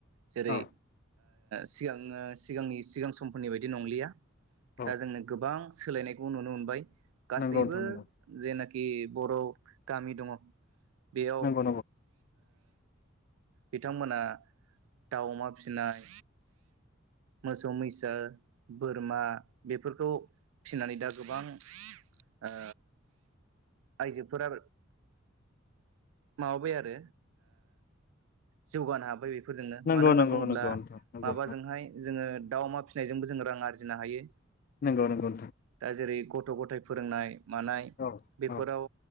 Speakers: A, on the right (about 80°); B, on the left (about 45°).
A: जेरै
B: औ
A: सिगां सिगांनि सिगां समफोरनि बायदि नंलिया
B: औ
A: दा जोंनो गोबां सोलायनायखौ नुनो मोनबाय गासैबो
B: नंगौ नोंथां नंगौ
A: जेनाखि बर' गामि दङ बेयाव
B: नंगौ
A: बिथांमोना दाउ अमा फि फिसिनाय मोसौ मैसा बोरमा बेफोरखौ फिनानै दा गोबां ओ आइजोफोरा माबाबाय आरो जौगानो हाबाय बेफोर फोरजोंनो
B: नंगौ
A: मानो होनना
B: नंगौ
A: बुङोब्ला
B: नंगौ नंगौ नोंथां नंगौ
A: माबाजोंहाय जोङो दाउ अमा फिसिनायजोंबो जों रां आरजिनो हायो
B: नंगौ नंगौ
A: दा जेरै गथ' गथाय फोरोंनाय मानाय
B: औ
A: बेफोराव
B: औ